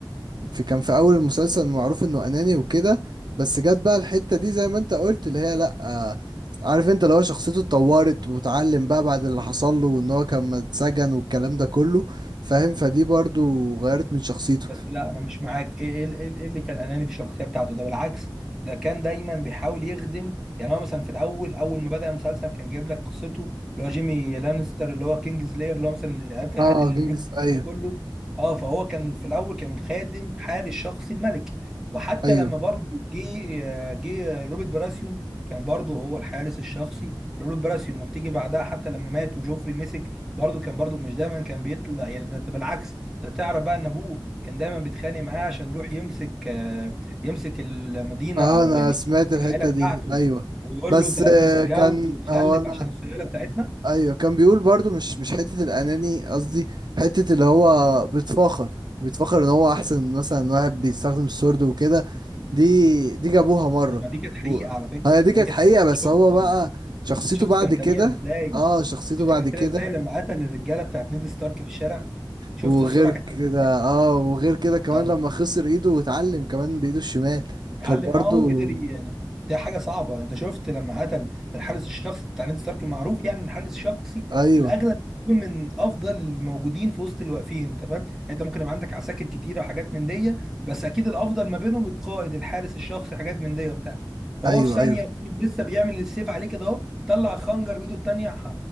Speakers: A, on the right; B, in the centre.
A: في كان في اول المسلسل معروف انه اناني وكده بس جت بقى الحتة دي زي ما انت قلت اللي هي لا آه عارف انت لو شخصيته اتطورت واتعلم بقى بعد اللي حصل له وان هو كان اتسجن والكلام ده كله فاهم فدي برضو غيرت من شخصيته
B: بس لا انا مش معاك ايه ايه ايه إيه اللي كان اناني في الشخصيه بتاعته ده بالعكس ده كان دايما بيحاول يخدم يعني هو مثلا في الاول اول ما بدا المسلسل كان جايب لك قصته اللي هو جيمي لانستر اللي هو كينجز لاير اللي هو مثلا اللي قاتل
A: اه
B: قاتل الملوك
A: جنجس
B: والكلام
A: ايوه
B: ده كله اه فهو كان في الاول كان خادم حارس شخصي الملك وحتى
A: ايوه
B: لما برضه جه آه، جه روبرت براسيون كان برضه هو الحارس الشخصي لروبرت براسيون لما تيجي بعدها حتى لما مات وجوفري مسك برضه كان برضه مش دايما كان بيطلع يعني ده بالعكس انت تعرف بقى ان ابوه كان دايما بيتخانق معاه عشان يروح يمسك آه، يمسك المدينه
A: اه
B: او
A: انا
B: يعني
A: سمعت الحتة
B: العائله بتاعته
A: دي ايوه
B: ويقول
A: بس
B: له انت لازم
A: آه
B: تتجوز
A: كان
B: وتخلف
A: هو انا
B: عشان السلاله بتاعتنا
A: ايوه كان بيقول برضو مش مش حته الاناني قصدي حته اللي هو بيتفاخر بيتفاخر ان هو احسن مثلا واحد بيستخدم السورد وكده دي دي جابوها مره
B: طب ما دي كانت حقيقه
A: و...
B: على فكره
A: هي دي
B: طب
A: كانت
B: ما دي كانت
A: حقيقه
B: حقيقه انت
A: بس
B: شفت
A: هو بقى
B: انت
A: شخصيته
B: شفت
A: بعد
B: كان
A: كده
B: سريع ازاي
A: اه شخصيته
B: شفت
A: بعد
B: كان
A: كده
B: سريع ازاي لما قتل الرجاله بتاعت نيد ستارك في الشارع شفت
A: وغير
B: السرعه كانت
A: كده
B: عاملة
A: اه وغير كده كمان
B: إزاي؟
A: لما خسر ايده واتعلم كمان بايده الشمال
B: اتعلم
A: كان برضو
B: اه وقدر ي- يعني ده حاجه صعبه انت شفت لما قتل الحارس الشخصي بتاع نادي ستارك المعروف يعني إن الحارس الشخصي
A: ايوه
B: في الاغلب بيكون من افضل الموجودين في وسط الواقفين انت فاهم يعني انت ممكن يبقى عندك عساكر كتيره وحاجات من دي بس اكيد الافضل ما بينهم القائد الحارس الشخصي حاجات من دي وبتاع فهو
A: ايوه
B: في ثانيه
A: ايوه
B: يكون لسه بيعمل السيف عليه كده اهو طلع خنجر بايده التانيه ح-